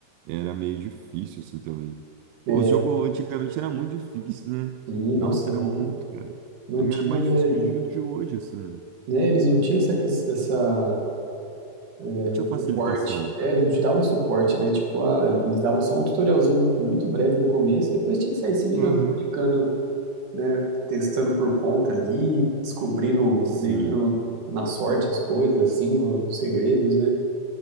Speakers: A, on the right (about 80°); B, on the right (about 65°).
A: era meio difícil, assim, também. Pô,
B: É,
A: o jogo antigamente era muito difícil, né?
B: sim,
A: Nossa,
B: nossa,
A: era
B: não,
A: muito, cara.
B: não
A: Era
B: tinha,
A: mais
B: né,
A: difícil que os de os de hoje, assim.
B: né? Eles não tinham essa, ques- essa é,
A: Não tinha
B: um
A: facilitação.
B: suporte. É, eles não te davam suporte, né? Tipo, ah, eles davam só um tutorialzinho muito breve no começo, depois tinha que sair se virando,
A: Uhum.
B: clicando, né? Testando por conta ali, descobrindo
A: Sim.
B: meio que no, na sorte as coisas, assim, os segredos, né?